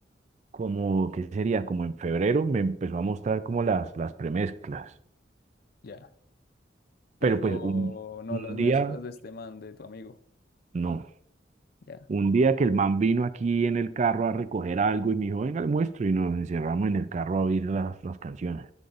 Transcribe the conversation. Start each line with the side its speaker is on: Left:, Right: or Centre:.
Right: como, ¿qué sería? Como en febrero me empezó a mostrar como las, las premezclas,
Left: Ya. Pero
Right: pero pues un,
Left: no
Right: un
Left: las mezclas
Right: día,
Left: de este man, de tu amigo.
Right: no,
Left: Ya.
Right: un día que el man vino aquí en el carro a recoger algo y me dijo, venga, le muestro, y nos encerramos en el carro a oír las, las canciones,